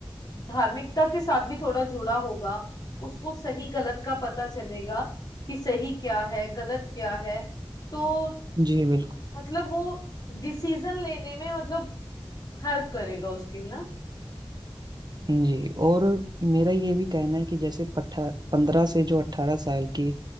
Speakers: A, on the left; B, on the right.
A: धार्मिकता के साथ भी थोड़ा जुड़ा होगा उसको सही गलत का पता चलेगा कि सही क्या है गलत क्या है तो
B: जी बिल्कुल
A: मतलब वो डिसीजन लेने में मतलब हेल्प करेगा उसकी ना
B: जी और मेरा ये भी कहना है कि जैसे पठा पंद्रह से जो अट्ठारह साल की